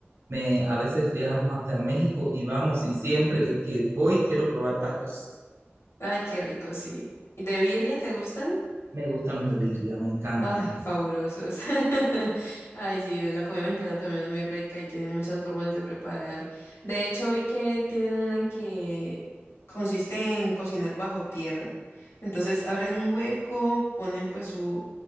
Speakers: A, on the right; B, on the left.
A: me- a veces viajamos hasta México y vamos y siempre que, que voy quiero probar tacos.
B: Ay, qué rico, sí. ¿Y de birria te gustan?
A: Me gustan los de birria, me encantan.
B: Ay, fabulosos. <laughs> Ay, sí, la comida mexicana también es muy rica y tiene muchas formas de preparar. De hecho, vi que tienen una en que consiste en cocinar bajo tierra. Entonces, abren un hueco, ponen pues su,